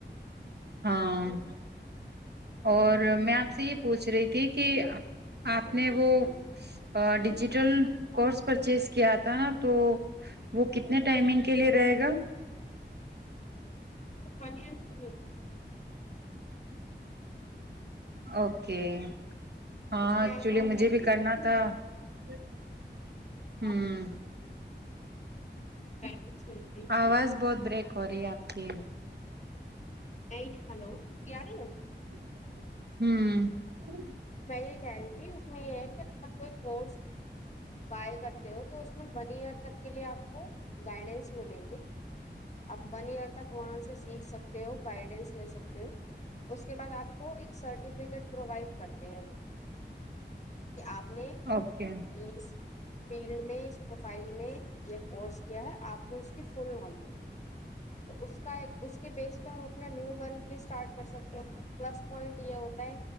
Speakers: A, on the right; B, on the left.
A: ہاں اور <unintelligible> اور میں آپ سے یہ پوچھ رہی تھی کہ آپ نے وہ <unintelligible> ڈیجیٹل کورس پرچیز کیا تھا نا تو وہ کتنے ٹائمنگ کے لیے رہے گا <unintelligible>
B: بڑ سے <unintelligible>
A: اوکے <unintelligible> ہاں
B: اس میں
A: ایکچولی
B: ایسا ہوتا
A: مجھے
B: ہے
A: بھی
B: کہ
A: کرنا تھا <unintelligible> جالک <unintelligible>
B: آپ بیٹرس ملتی ہے
A: ہ آواز بہت بریک <unintelligible> ہو رہی آپ کی <unintelligible>
B: نہیں ہلو یار ہے
A: ہوں
B: یہی گ جی اس میں یہ ہے کہ ا آپ کوئی فوڈس بائل کرتے ہو تو اس میں ون ایئر تک کے لیے آپ کو گائیڈینس ملے گی آپ ون ایئر تک وہاں سے سیکھ سکتے ہو گائیڈینس لے سکتے ہو اس کے بعد آپ کو ایک سرٹیفکیٹ پرووائڈ کر کہ آپ نے
A: اوکے
B: اس فیلڈ میں اس پروفائل میں یہ کورس کیا ہے آپ کو اس کی فل نالج میں تو اس کا ایک اس کے بیس پہ ہم اپنا نیو ورک بھی اسٹارٹ کر سکتے ہیں پلس پوائنٹ یہ ہوتا ہے